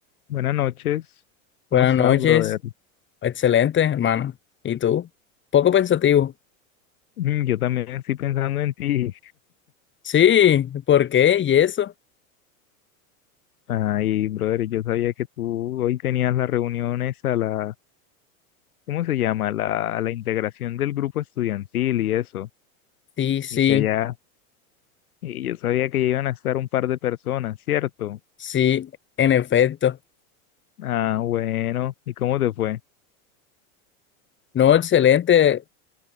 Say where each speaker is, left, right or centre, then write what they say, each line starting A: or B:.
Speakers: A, on the left; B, on the left.
A: Buenas noches,
B: Buenas
A: ¿cómo estás,
B: noches,
A: brother?
B: excelente, hermano. ¿Y tú? Poco pensativo.
A: Mm, Yo también estoy pensando en ti.
B: Sí, ¿por qué? ¿Y eso?
A: Ay, brother, yo sabía que tú hoy tenías las reuniones a la, ¿cómo se llama? La, a la integración del grupo estudiantil y eso,
B: Sí, sí,
A: y que allá, y yo sabía que iban a estar un par de personas, ¿cierto?
B: sí, en efecto.
A: Ah, bueno, ¿y cómo te fue?
B: No, excelente